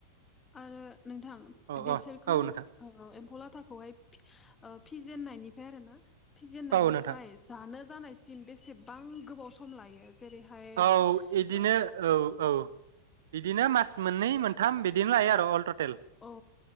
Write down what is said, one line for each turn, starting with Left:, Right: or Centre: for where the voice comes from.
Left: आरो नोंथां
Right: औ
Left: बेसोरखौ
Right: औ औ नोंथां
Left: ओ एम्फौलाथा खौहाय ओ फिजेेननायनिफ्राय आरो ना। फिजेननायनिफ्राय
Right: औ नोंथां
Left: जानो जानायसिम बेसेबां गोबाव सम लायो। जेरैहाय
Right: औ इदिनो
Left: ओ
Right: औ औ। बिदिनो मास मोननै मोनथाम बिदिनो लायो आरो अल ट
Left: औ